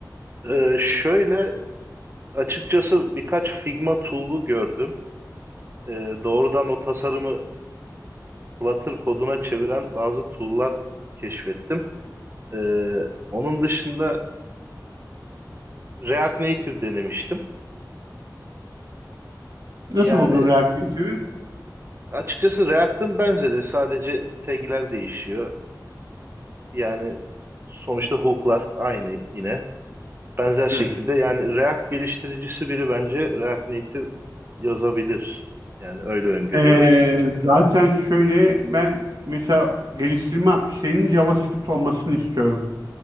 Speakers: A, on the right (about 35°); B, on the right (about 65°).
A: Ee, şöyle açıkçası birkaç Figma tool'u gördüm. Ee, doğrudan o tasarımı Flutter koduna çeviren bazı tool'lar keşfettim. Ee, onun dışında React Native denemiştim.
B: Nasıl
A: Yani
B: buldun React Native'i?
A: açıkçası React'ın benzeri sadece tag'ler değişiyor. Yani sonuçta hook'lar aynı yine. Benzer şekilde
B: Evet.
A: yani React geliştiricisi biri bence React Native yazabilir. Yani öyle öngörüyorum.
B: Ee, zaten şöyle ben mesela geliştirme şeyinin JavaScript olmasını istiyorum.